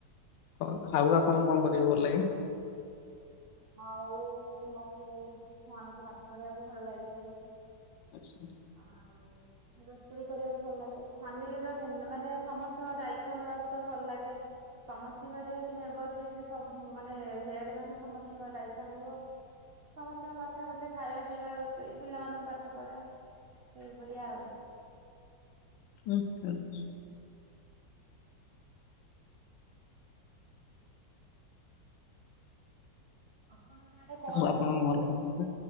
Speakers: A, on the left; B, on the right.
A: ହଁ, ଆଉ ଆପଣଙ୍କୁ କଣ କରିବାକୁ ଭଲ ଲାଗେ?
B: ଆଉ ମତେ ଛୁଆମାନଙ୍କୁ ପାଠ ପଢେଇବାକୁ ଭଲ ଲାଗେ
A: ଆସନ୍ତୁ।
B: ଆଉ ରୋଷେଇ କରିବାକୁ ଭଲଲାଗେ। ଫ୍ୟାମିଲିର ଟେ ମାନେ ସମସ୍ତଙ୍କ ଦାୟିତ୍ଵ ନେବାକୁ ତ ଭଲ ଲାଗେ। ସମସ୍ତିଙ୍କ ଯେହେତୁ ମେମ୍ବରସିପରେ ସବୁ ମାନେ ହେଡ୍ ମାନେ ସମସ୍ତିଙ୍କର ଦାୟିତ୍ଵ ନେବୁ ଆଉ। ସମସ୍ତିଙ୍କ କଥା ବୁଝେ, ଖାଇବା, ପିଇବା, ରୋଷେଇ, ପିଲାମାନଙ୍କୁ ପାଠପଢା ସେଇଭଳିଆ ଆଉ।
A: ଆଚ୍ଛା ଆଚ୍ଛା।
B: ଆପଣଙ୍କ ଆଡେ କଣ
A: ଆଉ ଆପଣଙ୍କ
B: ସବୁ
A: ଘରେ ସମସ୍ତେ